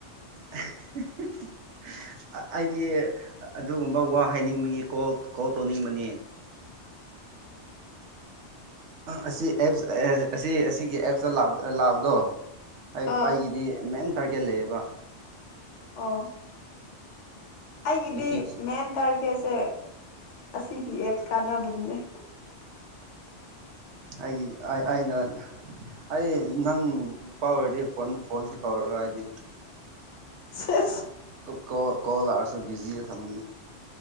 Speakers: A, on the right; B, on the left.
A: <unintelligible> ꯑꯩꯗꯤ ꯑꯗꯨꯒꯨꯝꯕ ꯋꯥ ꯍꯥꯏꯅꯤꯡꯕꯒꯤ ꯀꯣꯜ ꯀꯣꯜ ꯇꯧꯅꯤꯡꯕꯅꯤ ꯑꯁꯤ ꯑꯦꯞꯁ ꯑꯁꯤ ꯑꯁꯤꯒꯤ ꯑꯦꯞꯁꯇ ꯂꯥꯛꯑꯕꯗꯣ ꯑꯩ
B: ꯑꯥ
A: ꯑꯩꯒꯤꯗꯤ ꯃꯦꯟ ꯇꯥꯔꯒꯦꯠ ꯂꯩꯌꯦꯕ
B: ꯑꯣ ꯑꯩꯒꯤꯗꯤ
A: ꯅꯨꯄꯤ ꯊꯤ
B: ꯃꯦꯟ ꯇꯥꯔꯒꯦꯁ ꯁꯦ ꯑꯁꯤꯒꯤ ꯑꯦꯠꯁ ꯀꯥꯟꯅꯕꯅꯤꯅꯦ
A: ꯑꯩꯒꯤ ꯑꯩꯅ ꯑꯩ ꯅꯪ ꯅꯨꯄꯥ ꯑꯣꯏꯔꯗꯤ ꯐꯣꯟ ꯐꯣꯟꯁꯨ ꯇꯧꯔꯣꯏ ꯇꯋꯥꯗꯤ
B: ꯁ
A: ꯀꯣ ꯀꯣꯜ ꯂꯥꯛꯑꯔꯁꯨ ꯕꯤꯖꯤꯌꯦ ꯊꯝꯃꯅꯤ